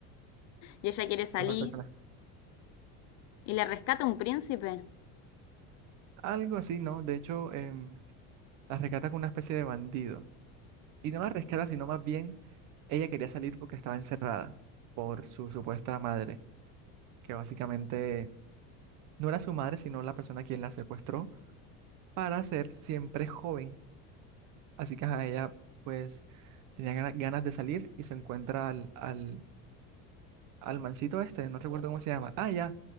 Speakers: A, on the left; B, on the right.
A: y ella quiere salir
B: mejor persona.
A: y le rescata un príncipe.
B: Algo así, ¿no? De hecho, em, la rescata con una especie de bandido. Y no la rescata, sino más bien ella quería salir porque estaba encerrada por su supuesta madre, que básicamente no era su madre, sino la persona quien la secuestró para ser siempre joven Así que ajá, ella pues tenía gana- ganas de salir y se encuentra al, al, al mancito este, no recuerdo cómo se llama. Ah, ya,